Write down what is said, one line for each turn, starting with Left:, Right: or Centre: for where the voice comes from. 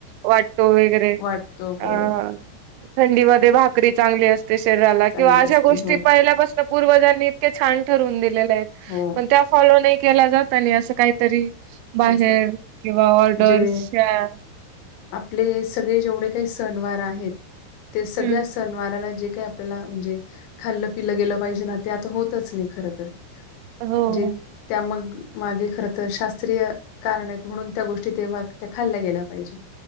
Right: वाट तो वेगरे
Left: वाटतो
Right: अ...
Left: हो.
Right: थंडीमधे भाकरी चांगली असते शरीराला
Left: चांगली
Right: किंवा अशा
Left: असते
Right: गोष्टी
Left: हो,
Right: पाहिल्यापासनं पूर्वजांनी इतक्या छान ठरवून दिलेल्याएत
Left: हो.
Right: पण त्या फॉलो नाही केल्या जात आणि आसं काहीतरी बाहेर
Left: तेच तर
Right: किंवा ऑर्डर्स
Left: म्हणजे
Right: या
Left: आपले सगळे जेवढे काही सणवार आहेत ते सगळ्या
Right: हम्म.
Left: सणवाराला जे ते आपल्याला म्हणजे खाल्लं पिल्लं गेलं पाहिजे ना ते आता होतच नाही खरं तर े
Right: हो.
Left: जे त्या मग मागे खर तर शास् य कारण आएत म्हणून त्या गोष्टी तेव्हा त्या खाल्ल्या गेल्या पाहिजे.